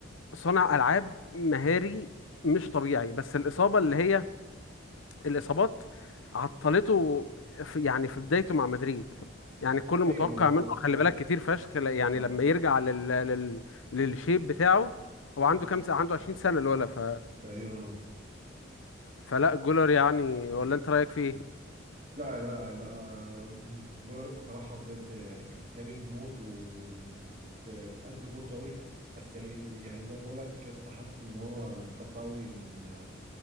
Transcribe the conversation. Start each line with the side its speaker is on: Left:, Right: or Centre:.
Left: صانع ألعاب مهاري مش طبيعي بس الإصابة اللي هي الإصابات عطلته في يعني في بدايته مع مدريد يعني الكل متوقع
Right: ايوه ما هو
Left: منه خلي
Right: اه
Left: بالك كتير فشخ ل- يعني
Right: اه
Left: لما يرجع لل... لل... للشيب بتاعه هو عنده
Right: مم.
Left: كام سنة عنده 20 سنة الولا ف...
Right: تقريبا اه
Left: فلا جولر يعني ولا أنت رأيك فيه
Right: لا لا لا آه، جولر الصراحة بجد جامد موت وكنت بحب كورته قوي بس يعني يعني زي ما بقول لك يا اسطى حاسه ان هو انطفى قوي من